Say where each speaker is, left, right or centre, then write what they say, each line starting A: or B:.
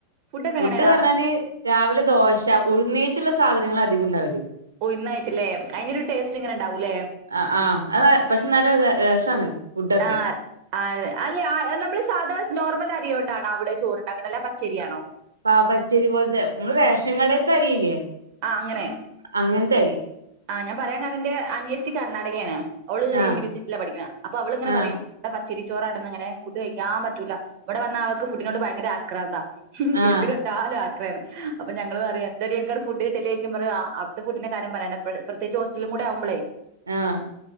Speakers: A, on the right; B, on the right.
A: ഫുഡൊക്കെ
B: ഫുഡ്
A: എങ്ങനെടാ?
B: പറഞ്ഞാല് രാവിലെ ദോശ ഉഴുന്നേറ്റ്ള്ള സാധനങ്ങളധികോം ഉണ്ടാവല്
A: ഉഴുന്നായിറ്റ്ല്ലേ അയിൻ്റൊരു ടേസ്റ്റ് ഇങ്ങനെ ഇണ്ടാവൂല്ലേ
B: അ ആ അതെ പക്ഷെ നല്ല ര രസാണ് ഫുഡൊക്കെ
A: ഞാൻ ആ അല്ലെ നമ്മള് സാധാ നോർമൽ അരിയ കൊണ്ടാണോ അവിടെ ചോറ്ണ്ടാക്കണ് അല്ലെ പച്ചരിയാണോ
B: പ പച്ചരി പോലത്തെ മ്പടെ റേഷൻ കടേൽത്തെ അരിയില്ലേ
A: ആ അങ്ങനെ
B: അങ്ങൻത്തെ അരി.
A: ആഹ് ഞാൻ പറയാൻ കാര ന്റെ അനിയത്തി കർണാടകേണ് ഓള്
B: ആ
A: യൂണിവേഴ്സിറ്റിയില പഠിക്ക്ണേ അപ്പോ അവള്ങ്ങനെ
B: ആ
A: പറയും. ഇവിടെ പച്ചരി ച്ചോറാണെന്ന് ങ്ങനെ ഫുഡ് കഴിക്കാൻ പറ്റുല്ല ഇവിടെ വന്നാ അവക്ക് ഫുഡിനോട് ഭയങ്കര ആക്രാന്താ. ഉം
B: ആ
A: എന്ത് കണ്ടാലും ആക്രേണ്. അപ്പോ ഞങ്ങള് പറയും എന്തടി അന്ക്കടെ ഫുഡ് ക്കിട്ടല്ലേക്കും പറയും ആഹ് അവ്ട്ത്തെ ഫുഡിന്റെ കാര്യം പറയണ്ട പ്ര പ്രത്യേകിച്ച് ഹോസ്റ്റലും കൂടെ ആവുമ്പളേ.
B: ആഹ്.